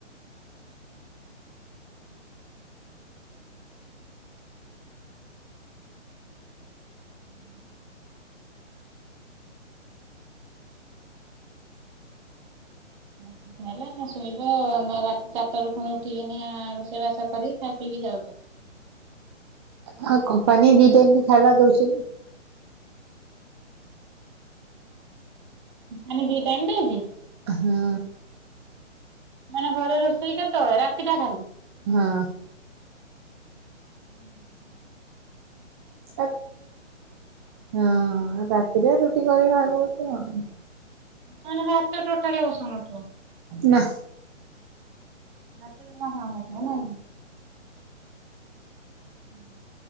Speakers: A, on the right; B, on the right.
A: ହୁଁ। ଏ ଖାଇଲ ଏଇନା ଶୋଇବ ରା-ରାତି ଚାରିଟାରୁ ଫୁଣି ଉଠିକିନା ଆ ରୋଷେଇ ବାସ କରି ଖାଇ ପିଇକି ଯାଉଚ।
B: ଆ କମ୍ପାନୀ ଦିଇ ଟାଇମ୍ ବି ଖାଇବା ଦଉଚି ନା।
A: କମ୍ପାନୀ ଦି ଟାଇମ ଦଉଚି?
B: ହଁ।
A: ମାନେ ଘରେ ରୋଷେଇ କେତେବେଳେ ରାତିଟା ଖାଲି?
B: ହଁ।
A: ହୁଁ ହୁଁ
B: ଆରେ ହଁ ରାତିରେ ରୁଟି କରି ଖାଇବୁ। ବୁ ଆଉ।
A: ନହେନେ ଭାତ ଟୋଟାଲି ବସଉନଥବ?
B: ନା।
A: ଭାତ ଜମା ଖାଉନଥିବ ନାଇଁ? ହୁଁ